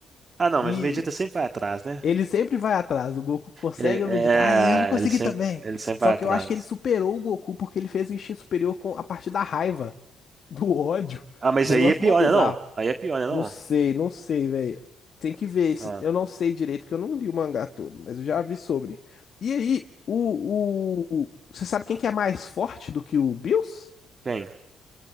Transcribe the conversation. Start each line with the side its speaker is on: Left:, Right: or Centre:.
Right: ah não,
Left: E
Right: mas o Vegeta sempre vai atrás, né?
Left: ele sempre vai atrás. O Goku consegue,
Right: Ele,
Left: o
Right: é,
Left: Vegeta, ah, eu vou conseguir
Right: ele sempre,
Left: também.
Right: ele sempre
Left: Só
Right: vai
Left: que
Right: atrás.
Left: eu acho que ele superou o Goku porque ele fez o instinto superior com a partir da raiva, <laughs> do ódio.
Right: Ah, mas
Left: Um negócio
Right: aí é pior,
Left: mó bizarro.
Right: né, não? Aí é pior, né, não?
Left: Não sei, não sei, velho. Tem que ver isso.
Right: Ah,
Left: Eu não sei direito, porque eu não li o mangá todo, mas eu já vi sobre. E aí, o, o, o- você sabe quem que é mais forte do que o Bills?
Right: quem?